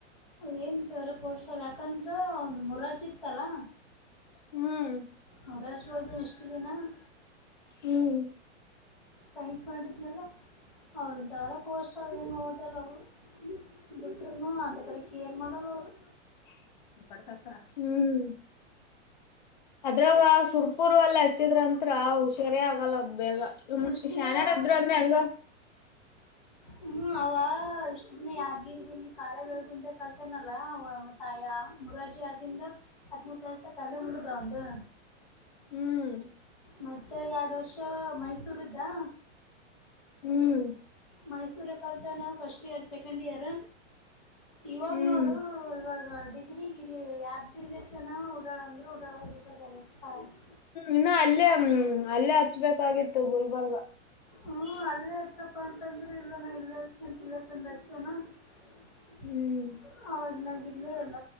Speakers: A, in the centre; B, on the left (about 40°).
A: ಏನ್ಂತೆವೆಲ್ಲ <inaudible> ಪೋಷಕ ಯಾಕಂದ್ರ ಅವಂದು ಮೊರಾರ್ಜಿ ಇತ್ತಲ್ಲ.
B: ಹ್ಮ್
A: ಮುರಾರ್ಜಿ <unintelligible>
B: ಹ್ಮ್
A: ಸೈನ್ಸ್ ಮಾಡಿದ್ನಲ್ಲ ಅವು ಇಂಥವರ ಪೋಸ್ಟ್ ಅವ ಏನು ಓದಲ್ಲ ಅವು. ಬಿಟ್ರೂನು ಹಂತಾ ಪರಿ ಕೇರ್ ಮಾಡಲ್ಲ ಅವರು.
B: <inaudible> ಹ್ಮ್ ಅದ್ರಾಗ ಸುರ್ಪುರ್ ಅಲ್ಲಿ ಹಚ್ಚಿದ್ರಂತ್ರ ಹುಷಾರ್ ಸರಿ ಆಗಲ್ಲ ಅದ ಬೇಗ ಹ
A: ಇಷ್ಟು
B: ಶ್ಯಾನ್ಯರ್
A: ದಿನ
B: ಇದ್ರ ಅಂದ್ರೆ ಹಂಗ.
A: ಹ್ಮ್ ಅವ ಇಷ್ಟ್ ದಿನ ಯಾದಗಿರಿಯಲ್ಲಿ ಕಾಳೆ ಬೆಳಗುಂದ ಕಲ್ತನಲ್ಲ ಮತ್ತ ತಾಯ ಮೊರಾರ್ಜಿ ಆದಿಂದ ಹತ್ತನೇ ಕ್ಲಾಸ್ ತನಕ ಅಲ್ಲೇ ಮುಗದಿದ ಅವಂದು.
B: ಹ್ಮ್
A: ಮತ್ತೆ ಎರಡು ವರ್ಷ ಮೈಸೂರುದಾ.
B: ಹ್ಮ್
A: ಮೈಸೂರಲ್ಲಿ ಕಲ್ತಾನ ಫಸ್ಟ್ ಇಯರ್ ಸೆಕೆಂಡ್ ಇಯರ್ ಇವಾಗ
B: ಹ್ಮ್
A: ನೋಡು
B: ಹ್ಮ್
A: ಇವಾಗ ಡಿಗ್ರಿ ಇಲ್ಲಿ ಯಾದಗಿರಿಗ ಹಚ್ಚ್ಯಾನ್ ಉಡಾಳ ಅಂದ್ರೆ ಉಡಾಳ ಆಗಿ ಬಿಟ್ಟೆದ್ ಎಲ್ಲಾ ಶಾಲಿ -
B: ಇನ್ನು ಅಲ್ಲೇ ಹ ಅಲ್ಲೇ ಹಚ್ಬೇಕಾಗಿತ್ತು ಗುಲ್ಬರ್ಗ.
A: ಹ್ಮ್ ಅಲ್ಲೇ ಹಚ್ಚಪ್ಪ ಅಂತಂದ್ರೆ ಇಲ್ಲನ ಇಲ್ಲಂತ ಇಲ್ಲತ್ತಂದ ಹಚ್ಚನಾ. <unintelligible>
B: ಹ್ಮ್
A: ಇಲ್ಲೇ ಇಲ್ಲ